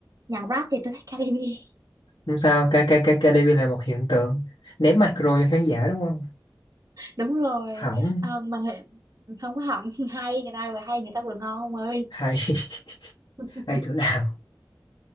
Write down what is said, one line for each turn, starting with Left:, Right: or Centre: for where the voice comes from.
Right: nhạc rap thì tôi thích Caribe <laughs>
Left: không sao K- K- K- KDV là một hiện tượng ném mạch rồi cho khán giả đúng không
Right: đúng rồi
Left: hỏng
Right: à, mà không có hỏng <laughs> hay người ta vừa hay người ta vừa ngon ông ơi
Left: hay <laughs>
Right: <laughs>
Left: hay chỗ nào